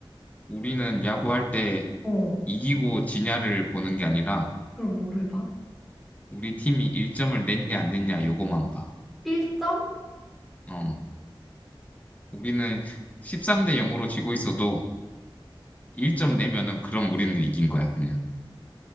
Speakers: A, on the left (about 15°); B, in the centre.
A: 우리는 야구할 때
B: 어,
A: 이기고 지냐를 보는 게 아니라
B: 그럼 뭐를 봐?
A: 우리 팀이 1점을 냈냐 안 냈냐 요거만 봐.
B: 1점?
A: 어.
B: 아
A: 우리는 <laughs> 13대 0으로 지고 있어도 1점 내면은 그럼 우리는 이긴 거야, 그냥.